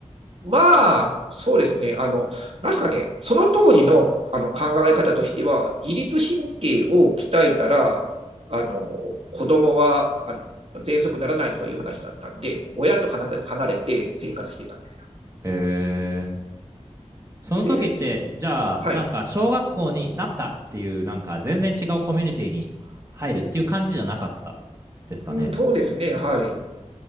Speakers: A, on the right; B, on the right.
A: まあ、そうですね。あの、なんすかね、その当時のあの考え方としては、自律神経を鍛えたら、あの、子供は、あの、喘息ならないとかいう話だったんで、親と離さ離れて生活してたんですよ。
B: へえ。その時って、
A: で、です。
B: じゃあ、
A: はい。
B: なんか、小学校になったっていう、なんか、全然違うコミュニティに入るっていう感じじゃなかったですかね。
A: うん、そうですね。はい。